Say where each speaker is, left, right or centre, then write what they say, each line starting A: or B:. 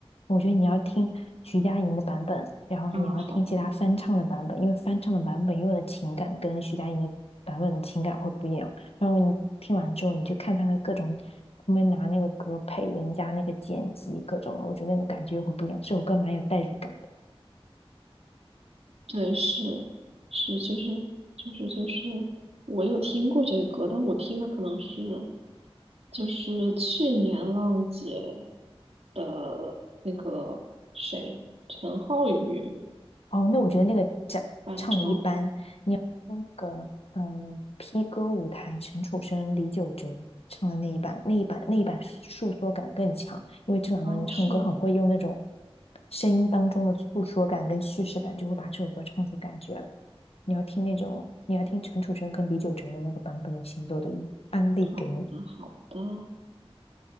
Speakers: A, on the left; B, on the right.
A: 我觉得你要听徐佳莹的版本，然后你要听其他翻唱的版本，
B: 嗯啊，好的，
A: 因为翻唱的版本用的情感跟徐佳莹的版本的情感会不一样。然后你听完之后，你去看他的各种，他们拿那个歌配人家那个剪辑各种的，我觉得那个感觉会不一样。这首歌蛮有代入感的。
B: 对，是是，就是就是就是，我有听过这个歌，但我听的可能是就是去年浪姐的那个谁，陈浩宇
A: 哦，那我觉得那个讲唱的一般，
B: 翻唱的
A: 那个嗯，P 歌舞台陈楚生、李玖哲唱的那一版，那一版那一版诉说感更强，因为这两个人唱歌很会用那种
B: 啊，是吗？
A: 声音当中的诉说感跟叙事感，就会把这首歌唱出感觉了。你要听那种，你要听陈楚生跟李玖哲的那个版本的《行走的雨》，安利给你。
B: 好的，好的。